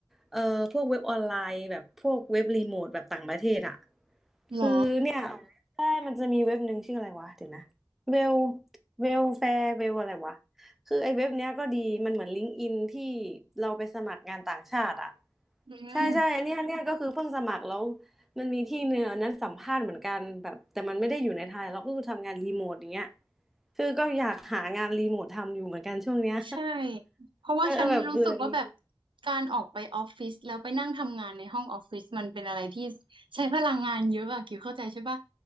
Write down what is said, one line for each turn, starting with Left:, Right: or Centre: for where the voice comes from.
Centre: เอ่อพวกเว็บออนไลน์แบบพวกเว็บรีโมทแบบต่างประเทศอ่ะคือเนี่ย
Right: หรอ
Centre: ใช่มันจะมีเว็บหนึ่งชื่ออะไรวะเดี๋ยวนะเวลเวลแฟร์เวลอะไรวะคือไอ้เว็บเนี้ยก็ดีมันเหมือนลิงก์อินที่เราไปสมัครงานต่างชาติอ่ะ
Right: อืม
Centre: ใช่ใช่อันเนี้ยอันเนี้ยก็คือเพิ่งสมัครแล้วมันมีที่เนื้อนนั้นสัมภาษณ์เหมือนกันแบบแต่มันไม่ได้อยู่ในไทยเราก็คือทำงานรีโมทอย่างเงี้ยคือก็อยากหางานรีโมททำอยู่เหมือนกันช่วงเนี้ย
Right: ใช่เพราะว่าฉันรู้สึกว่าแบบ
Centre: เออแบบเบื่องาน
Right: การออกไปออฟฟิศแล้วไปนั่งทำงานในห้องออฟฟิศมันเป็นอะไรที่ใช้พลังงานเยอะอะคิวเข้าใจใช่ปะ